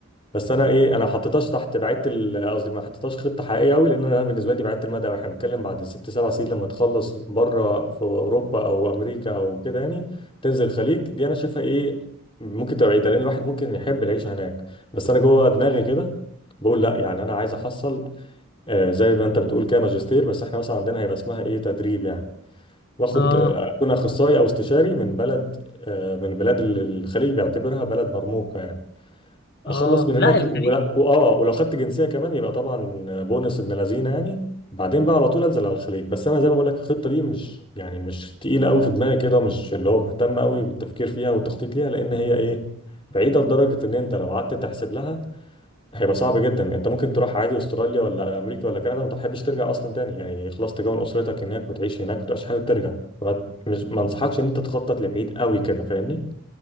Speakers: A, on the left; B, on the left.
A: بس انا ايه انا ما حطيتهاش تحت بعيدة ال- قصدي ما حطيتهاش خطه حقيقيه قوي لان انا بالنسبه لي بعيدة المدى واحنا بنتكلم بعد ست سبع سنين لما تخلص بره في اوروبا او امريكا او كده يعني تنزل الخليج دي انا شايفها ايه ممكن تبقى بعيده لان الواحد ممكن يحب العيشه هناك بس انا جوه دماغي كده بقول لا يعني انا عايز احصل آه، زي ما انت بتقول كده ماجستير بس احنا مثلا عندنا هيبقى اسمها ايه تدريب يعني واخد
B: اه
A: اكون اخصائي او استشاري من بلد آه، من بلاد ال- الخليج بيعتبرها بلد مرموقه يعني اخلص
B: اه
A: من
B: لا
A: هناك
B: الخليج
A: ولا واه ولو خدت جنسيه كمان يبقى طبعا بونس ابن لذينه يعني بعدين بقى على طول انزل على الخليج بس انا زي ما بقول لك الخطه دي مش يعني مش تقيله قوي في دماغي كده ومش اللي هو مهتم قوي بالتفكير فيها والتخطيط ليها لان هي ايه بعيده لدرجه ان انت لو قعدت تحسب لها هيبقى صعب جدا انت ممكن تروح عادي استراليا ولا امريكا ولا كندا وما تحبش ترجع اصلا تاني يعني خلاص تكون اسرتك هناك وتعيش هناك وتبقاش حابب ترجع فما- مش ما انصحكش ان انت تخطط لبعيد قوي كده فاهمني